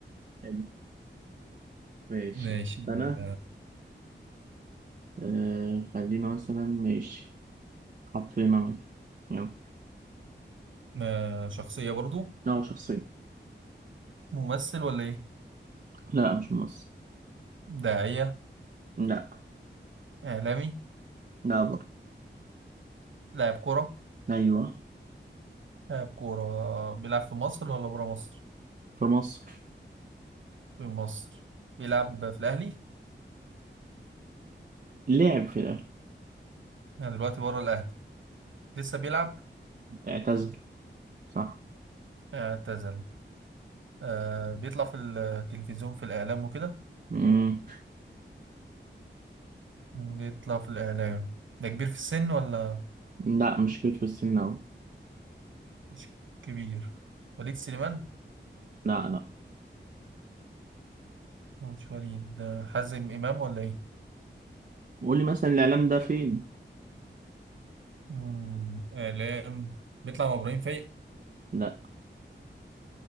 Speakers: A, on the right (about 45°); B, on the right (about 80°).
A: حلو. ماشي
B: <laughs> ماشي
A: أنا
B: ال-
A: آه خلينا مثلا ماشي حاطين انا يلا
B: آه، شخصية برضو
A: لا هو شخصية
B: ممثل ولا ايه؟
A: لا مش ممثل
B: داعية
A: لا
B: اعلامي
A: لا برضه
B: لاعب كورة
A: أيوه
B: لاعب كورة بيلعب في مصر ولا برا مصر؟
A: في مصر
B: في مصر بيلعب في الاهلي؟
A: لعب في الاهلي
B: يعني دلوقتي برا الاهلي لسه بيلعب
A: اعتزل صح
B: اعتزل آه بيطلع في التلفزيون في الإعلام وكده
A: مم.
B: بيطلع في الإعلام ده كبير في السن ولا
A: لا مش كبير في السن أوي
B: مش كبير وليد سليمان
A: لا لا
B: مش وليد ده حازم إمام ولا إيه
A: قول لي مثلا الإعلام ده فين
B: مم، إعلام بيطلع مع إبراهيم فايق
A: لا